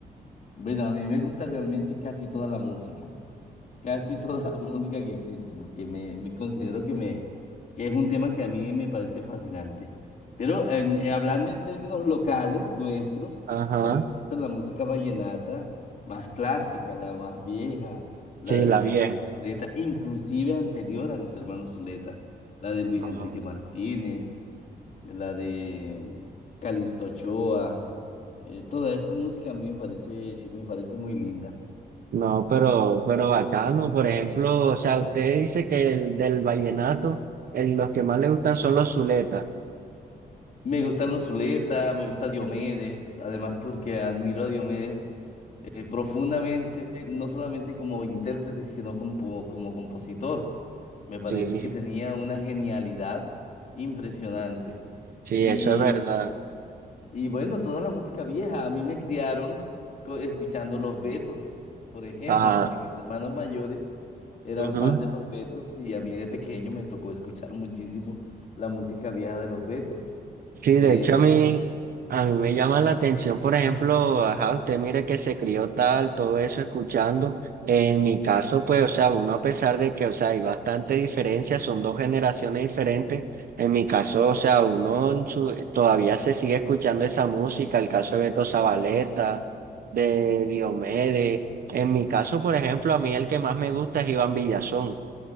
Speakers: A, on the left (about 55°); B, on the right (about 65°).
A: Bueno, a mí me gusta realmente casi toda la música, casi toda la <laughs> música que existe, porque me, me considero que, me, que es un tema que a mí me parece fascinante. Pero en- eh, hablando en términos locales, nuestros,
B: Ajá,
A: a mí me gusta la música vallenata más clásica, la más vieja, la
B: sí,
A: de
B: la
A: los
B: vieja.
A: hermanos Zuleta, inclusive anterior a los hermanos Zuleta, la de Luis
B: Ajá.
A: Enrique Martínez, la de Calixto Ochoa. Eh, toda esa música a mí me parece, me parece muy linda.
B: No, pero, pero bacano. Por ejemplo, o sea, usted dice que el del vallenato, el- los que más le gustan son los zuletas.
A: Me gustan los Zuleta, me gusta Diomedes, además que porque admiro a Diomedes eh, profundamente, no solamente como intérprete, sino compo- como compositor. Me parece
B: Sí,
A: que tenía una genialidad impresionante.
B: sí,
A: Y
B: eso es verdad.
A: Y bueno, toda la música vieja, a mí me criaron co- escuchando los Betos, por ejemplo,
B: Ah,
A: porque mis hermanos mayores eran
B: ujú.
A: fan de los Betos y a mí de pequeño me tocó escuchar <laughs> muchísimo la música vieja de los Betos.
B: Sí,
A: De,
B: de hecho a mí, a mí me llama la atención, por ejemplo, ajá, usted mire que se crió tal, todo eso escuchando. En mi caso, pues, o sea, uno a pesar de que, o sea, hay bastante diferencia, son dos generaciones diferentes. En mi caso, o sea, uno en su- todavía se sigue escuchando esa música, el caso de Beto Zabaleta, de Diomedes. En mi caso, por ejemplo, a mí el que más me gusta es Iván Villazón.